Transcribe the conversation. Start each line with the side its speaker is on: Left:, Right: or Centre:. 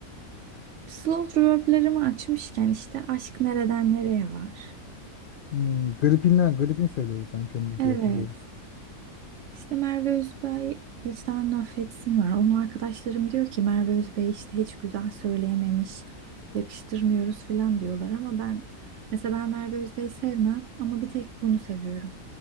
Right: Slow reverb'lerimi açmışken işte Aşk Nereden Nereye var.
Left: Hmm, gripinden, gripin söylüyordu sanki onu da
Right: Evet.
Left: diye hatırlıyorum.
Right: İşte Merve Özbey vicdanını affetsin var. Onun arkadaşlarım diyor ki Merve Özbey işte hiç güzel söyleyememiş, yakıştırmıyoruz filan diyorlar ama ben mesela ben Merve Özbey sevmem ama bir tek bunu seviyorum.